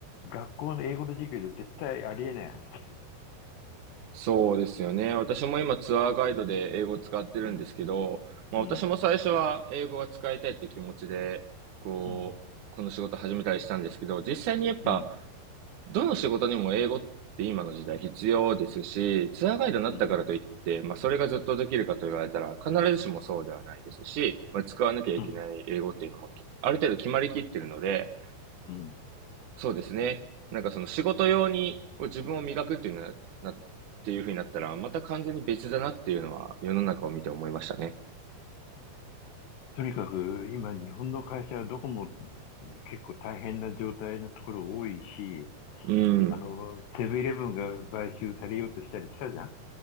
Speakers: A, on the left (about 80°); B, on the right (about 60°).
A: 学校の英語の授業で絶対ありえない話だよね。
B: そうですよね。私も今ツアーガイドで英語を使ってるんですけど、
A: うん、
B: まあ、
A: うん、
B: 私も最初は英語が使いたいって気持ちで、こう、
A: うん、
B: この仕事始めたりしたんですけど、実際にやっぱ、
A: うん、
B: どの仕事にも英語って今の時代必要ですし、ツアーガイドになったからといって、
A: うん、
B: まあ、それがずっとできるかと言われたら、必ずしもそうではないですし、まあ、使わなきゃいけない英語っていうのもきある程度決まりきってるので、
A: うん、うん。
B: そうですね。なんかその仕事用に自分を磨くっていうのはな、っていうふうになったら、また完全に別だなっていうのは世の中を見て思いましたね。
A: とにかく、今、日本の会社はどこも、ね結構大変な状態のところ多いし、
B: うん。
A: あの、セブンイレブンが買収されようとしたりしたじゃん